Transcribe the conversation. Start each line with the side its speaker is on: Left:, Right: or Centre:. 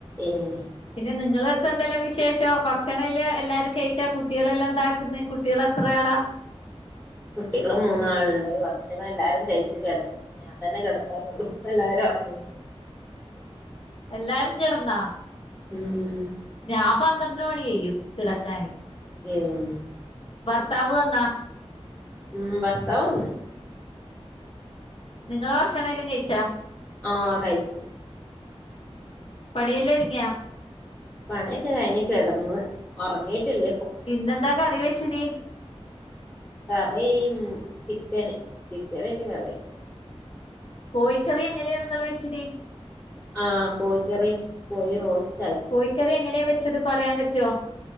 Centre: ഏഹ്
Left: പിന്നെ നിങ്ങളെടുത്ത് എന്തെല്ലാ വിശേഷം ഭക്ഷണല് എല്ലാരും കയ്ച്ചാ കുട്ടികളെല്ലാം എന്താക്കുന്ന കുട്ടികൾ എത്രയാളാ
Centre: കുട്ടികള് മൂന്നാളുണ്ട് ഭക്ഷണം എല്ലാരും കഴിച്ചു കിടന്നു ഞാൻ തന്നെ കിടക്കാനുള്ളൂ എല്ലാരും ഉറങ്ങി
Left: എല്ലാരും കെടന്നാ
Centre: ഉം
Left: ഞാൻ പന്ത്രണ്ട് മണി കഴിയും കിടക്കാന്
Centre: ഉം
Left: ഭർത്താവ് വന്നോ
Centre: ഉം ഭർത്താവന്ന്
Left: നിങ്ങള് ഭക്ഷണെലാ കയിച്ചാ
Centre: ആഹ് കയിച്ചു
Left: പണിയെല്ലാതുങ്ങിയാ
Centre: പണിയെക്കെ കയ്ഞ്ഞ് കെടന്ന് ഒറങ്ങീട്ടില്ല
Left: ഇന്നെന്താ കറി വെച്ചത്
Centre: കറീം ചിക്കന് ചിക്കനിട്ട് കറി
Left: കോഴിക്കറി എങ്ങനെയാ നിങ്ങള് വെച്ചിന്
Centre: ആഹ് കോഴിക്കറി കോഴി റോസ്റ്റ് ആക്കി
Left: കോയിക്കറി എങ്ങനെയാ വെച്ചത് പറയാൻ പറ്റോ